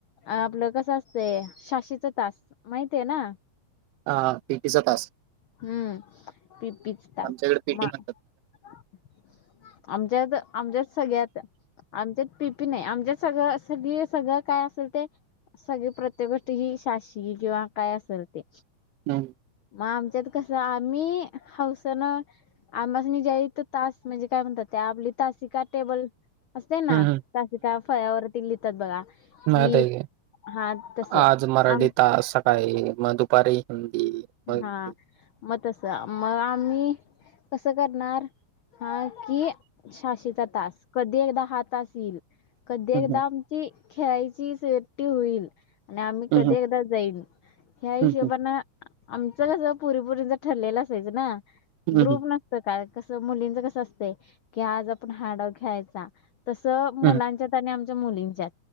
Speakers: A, on the left; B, on the right.
A: आपलं कसं असतंय शा. शी तास माहितीय ना.
B: अ पी. टी. चा तास.
A: हम्म.. पी पिच ताच
B: आमच्याकडे पीटी
A: मा
B: म्हणतात.
A: - आमच्यात आमच्यात सगळ्यात- आमच्यात पी. पी. नाय आमच्यात सगळं सगळी सगळं काय असेल ते सगळे प्रत्येक गोष्टी ही शा. शी. किंवा काय असेल ते.
B: हं..
A: म आमच्यात कसं मी हौसन- आम्हास्नी ज्या हित तास म्हणजे काय म्हणतात ते आपली तासिका - टेबल. असतेना
B: हम्म
A: तासिका फळ्यावरती लिहितात बघा कि
B: म ताई
A: हा तसं
B: आज मराठी
A: आम
B: तास सकाळी, मग दुपारी हिंदी. मग इंग्लिश.
A: हा म तस मग आम्ही कसं करणार? हा की शा. शी. चा तास कधी एकदा हा तास येईल. कधी
B: हम्म
A: एकदा आमची खेळायची ट्टी होईल आणि आम्ही
B: हम्म
A: कधी एकदा जाईन ह्या हिशोबाना
B: हम्म
A: आमचं कसं पोरीपोरीचं ठरलेलं असायचं ना
B: हम्म
A: ग्रुप
B: हम्म
A: न आज-काल मुलींच कसं असतंय, की आज आपण हा डाव खेळायचा. तसं मुलांच्यात
B: हम्म
A: आणि आमच्या मुलींच्या